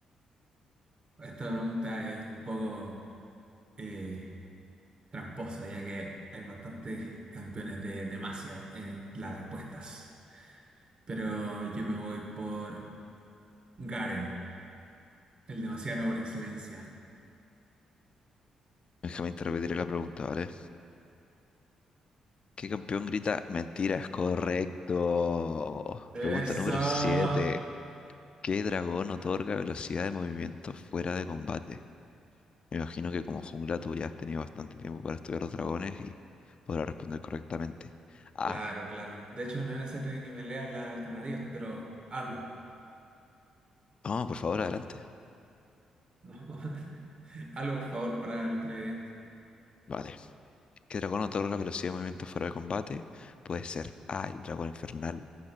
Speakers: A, on the right (about 45°); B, on the left (about 45°).
A: Esta pregunta es un poco eh, tramposa, ya que hay bastantes campeones de demasia en las respuestas. Pero yo me voy por Garen, el demasiado por excelencia.
B: déjame te repetiré la pregunta, ¿vale? ¿Qué campeón grita mentiras? Correcto.
A: Eso.
B: Pregunta número siete ¿Qué dragón otorga velocidad de movimiento fuera de combate? Me imagino que como jungla tú ya has tenido bastante tiempo para estudiar los dragones y podrás responder correctamente. Ah,
A: Claro, claro. De hecho, no es necesario que me leas las alternativas, pero hazlo.
B: no, por favor, adelante.
A: No. <laughs> Hazlo, por favor, para los televidentes.
B: Vale. ¿Qué dragón otorga velocidad de movimiento fuera de combate? Puede ser A, el dragón infernal,